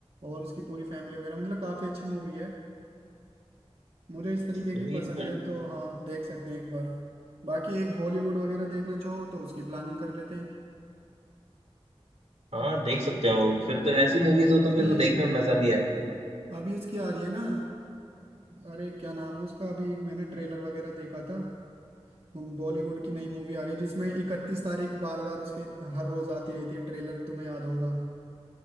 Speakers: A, on the right; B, on the right.
A: और उसकी पूरी फैमिली वगैरह मतलब काफी अच्छी मूवी है मुझे इस तरीके
B: सही
A: की पसंद
B: है फिर
A: है तो
B: तो।
A: हाँ देख सकते हैं एक बार बाकी एक हॉलीवुड वगैरह देखना चाहो तो उसकी प्लानिंग कर लेते हैं
B: हाँ देख सकते हैं वो फिर तो ऐसी मूवीज हो तो
A: अभी
B: फिर तो देखने में मजा भी आए
A: अभी उसकी आ रही है ना अरे क्या नाम है उसका अभी मैंने ट्रेलर वगैरह देखा था हम- बॉलीवुड की नई मूवी आ रही है जिसमें इकतीस तारीख बार बार उसके हर रोज आती रहती है ट्रेलर तुम्हें याद होगा